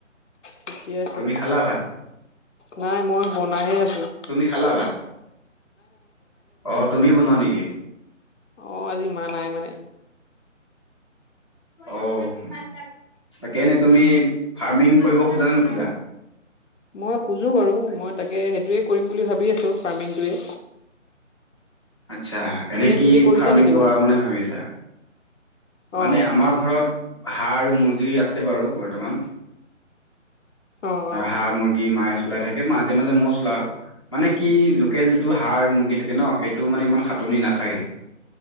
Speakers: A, on the left; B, on the left.
A: ঠিকে আছে
B: তুমি খালা ভাত?
A: নাই মই বনাইহে আছোঁ।
B: তুমি খালা ভাত অ তুমিয়ে বনোৱা নেকি?
A: অ' আজি মা নাই মানে।
B: অ'। তাকেনেে তুমি ফাৰ্মিং কৰিব খোজা নোখোজা।
A: মই খুজো বাৰু মই তাকে সেইটোৱে কৰিম বুলি ভাবি আছো ফাৰ্মিংটোৱে।
B: আচ্ছা এনে কি
A: তুমি কৰিছা
B: ফাৰ্মিং
A: নেকি বাৰু
B: কৰা মানে ভাবি আছা?
A: অ
B: মানে
A: অ
B: আমাৰ ঘৰত হাঁহ আৰু মুৰ্গীৰ আছে বাৰু বৰ্তমান।
A: অ অ
B: হাঁহ মুৰ্গী মাছ ওলাই থাকে মাজে- মাজে মৌ চলাও। মানে কি লোকেল যিটো হাঁহ আৰু মুৰ্গী থাকে ন সেইটো মানে ইমান সাটনি নাথাকে।